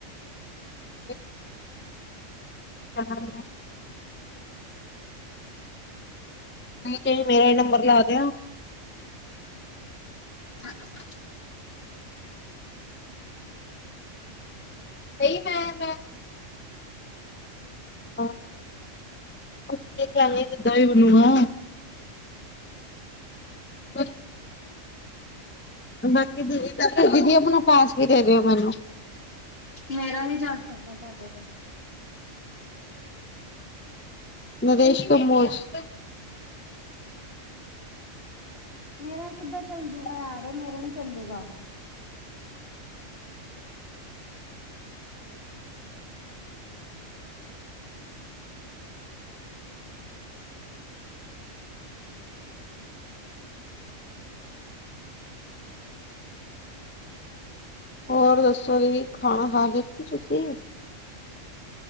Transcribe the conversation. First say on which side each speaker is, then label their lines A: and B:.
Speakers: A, on the left; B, on the left.
A: <inaudible> <unintelligible> ਬੀ ਕਈ ਮੇਰਾ ਈ ਨੰਬਰ ਲਾ ਦਯੋ।
B: <unintelligible>
A: ਨਯੀ ਮੈਂ ਮੈ <unintelligible> ਕੁੱਤੇ ਕੇਂਗਗੇ ਤੇ ਦਾ ਈ ਬਣੂਗਾ। <inaudible> ਬਾਕੀ ਦੀਦੀ ਦਾ ਤੇ ਦੀਦੀ ਜੀ ਅਪਨਾ ਪਾਸ ਵੀ ਦੇ ਦਿਉ ਮੈਨੂੰ
B: ਮੇਰਾ ਨੀ ਜਾ ਸਕਦਾ ਤੁਆਡੇ ਤੇ।
A: ਨਰੇਸ਼ ਕੰਮੋਚ।
B: ਮੇਰਾ ਕਿੱਦਾ ਚੱਲ ਜੂਗਾ ਯਾਰ ਮੇਰਾ ਨੀ ਚੱਲੂਗਾ।
A: ਹੋਰ ਦੱਸੋ ਜੀ ਖਾਣਾ ਖਾ ਲਿਤਾ ਤੁਸੀ?